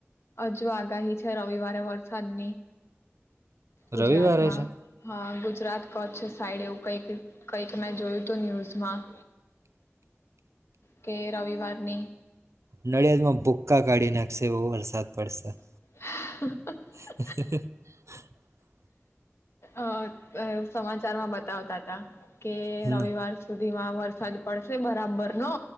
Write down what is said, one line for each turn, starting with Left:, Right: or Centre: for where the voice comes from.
Left: હજુ આગાહી છે, રવિવારે વરસાદની. ગુજરાતમાં
Right: રવિવારે છે
Left: હા ગુજ ગુજરાત કચ્છ સાઈડ એવું કઈક, કંઈક મેં જોયું તું ન્યૂઝમાં કે રવિવારની
Right: નડિયાદ માં ભુક્કા કાઢી નાખશે એવો વરસાદ પડશે.
Left: <inaudible>
Right: <inaudible>
Left: અહ અહ સમાચારમાં બતાવતા હતા કે
Right: હમ
Left: રવિવાર સુધી ધીમાં વરસાદ પડશે બરાબર નો